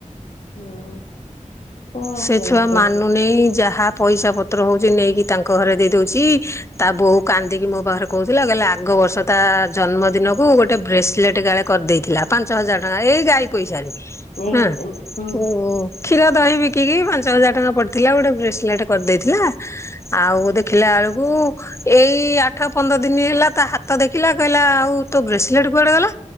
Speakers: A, on the left (about 70°); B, on the left (about 20°).
A: <unintelligible> କଣ
B: ସେ
A: କହିବୁ
B: ଛୁଆ
A: କ
B: ମାନୁନେଇ। ଯାହା ପଇସା ପତ୍ର ହଉଚି ନେଇକି ତାଙ୍କ ଘରେ ଦେଇ ଦଉଚି। ତା ବୋଉ କାନ୍ଦିକି ମୋ ପାଖରେ କହୁଥିଲା। କହିଲା ଆଗ ବର୍ଷ ତା ଜନ୍ମଦିନକୁ ଗୋଟେ ବ୍ରେସଲେଟ୍ କାଳେ କରିଦେଇଥିଲା ପାଞ୍ଚ ହଜାର ଟଙ୍କାରେ। ଏଇ ଗାଈ ପଇସାରେ।
A: ଏଇ
B: ଆଁ।
A: ହୁଁ ହୁଁ
B: ଓ କ୍ଷୀର ଦହି ବି ବିକିକି ପାଞ୍ଚ ହଜାର ଟଙ୍କା ପଡ଼ିଥିଲା ଗୋଟେ ବ୍ରେସଲେଟ୍ କରିଦେଇଥିଲା। ଆଉ ଦେଖିଲା ବେଳକୁ ଏଇ ଆଠ ପନ୍ଦର ଦିନି ହେଲା ତା ହାତ ଦେଖିଲା କହିଲା ଆଉ ତୋ ବ୍ରେସଲେଟ୍ କୁଆଡେ ଗଲା।